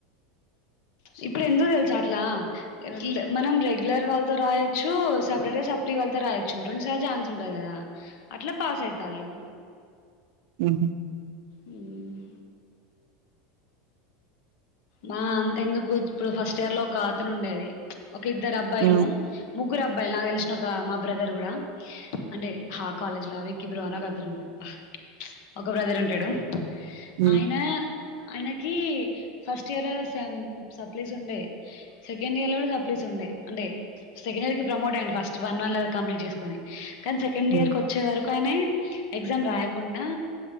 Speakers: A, on the left; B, on the right.
A: ఇప్పుడు ఎందుకు తెలుసా అట్లా మనం రెగ్యులర్ వాళ్ళతో రాయొచ్చు సపరేట్ గా సప్లీ వాళ్లతో రాయొచ్చు రెండుసార్లు ఛాన్స్ ఉంటాయి కదా అట్లా పాస్ అయితాలు
B: ఉమ్ హు
A: ఊ మ్ మా అంత ఎందుకు ఇప్పుడు ఫస్ట్ ఇయర్ లో ఒక గాతను ఉండేది ఒక ఇద్దరు అబ్బాయిలు
B: ఉమ్
A: ముగ్గురు అబ్బా అబ్బాయిలు నాకు తెలిసిన ఒక మా బ్రదర్ కూడా అంటే హా కాలేజ్ లో వికి బ్రో అని ఒకతను ఉంటాడు ఒక బ్రదర్ ఉంటాడు
B: ఉమ్
A: ఆయన ఆయనకి ఫస్ట్ ఇయర్ లో సమ్ సప్లీస్ ఉండే సెకండ్ ఇయర్ లో కూడా సప్లీస్ ఉండే అంటే సెకండ్ ఇయర్ కి ప్రమోట్ అయిండి ఫస్ట్ వన్ వన్ కంప్లీట్ చేసుకొని కానీ సెకండ్ ఇయర్కి
B: ఉమ్
A: వచ్చే వరకుయినే ఎగ్జామ్ రాయకుండా